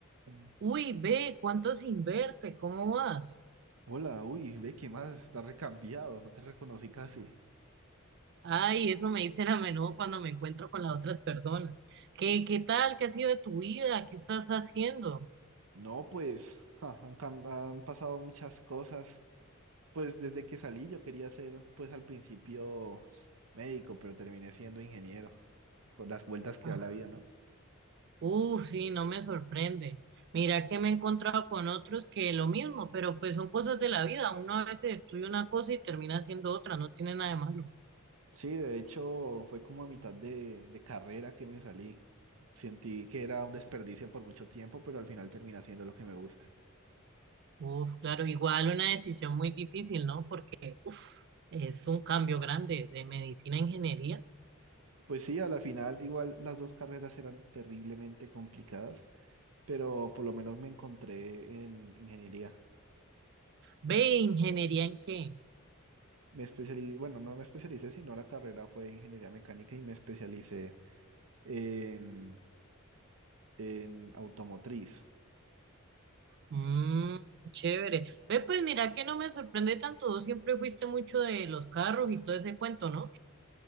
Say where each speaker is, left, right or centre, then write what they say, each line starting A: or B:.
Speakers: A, on the right; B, on the right.
A: Mm.
B: Uy, ve, ¿cuánto se inverte? ¿Cómo vas?
A: Hola, uy, ve que más está recambiado, no te reconocí casi.
B: Ay, eso me dicen a menudo cuando me encuentro con las otras personas. ¿Qué, qué tal? ¿Qué ha sido de tu vida? ¿Qué estás haciendo?
A: No, pues ja, han, cam- han pasado muchas cosas. Pues desde que salí yo quería ser, pues al principio médico, pero terminé siendo ingeniero, con las vueltas que
B: Ah,
A: da la vida, ¿no?
B: Uf, sí, no me sorprende. Mira que me he encontrado con otros que lo mismo, pero pues son cosas de la vida. Uno a veces estudia una cosa y termina haciendo otra, no tiene nada de malo.
A: Sí, de hecho fue como a mitad de, de carrera que me salí. Sentí que era un desperdicio por mucho tiempo, pero al final terminé haciendo lo que me gusta.
B: Uf, claro, igual una decisión muy difícil, ¿no? Porque, uf, es un cambio grande de medicina a ingeniería.
A: Pues sí, a la final igual las dos carreras eran terriblemente complicadas. pero por lo menos me encontré en ingeniería.
B: Ve, ¿ingeniería en qué?
A: Me especialicé, bueno, no me especialicé, sino la carrera fue ingeniería mecánica y me especialicé en, en automotriz.
B: Mm, chévere. Ve, pues mira que no me sorprende tanto. Vos siempre fuiste mucho de los carros y todo ese cuento, ¿no?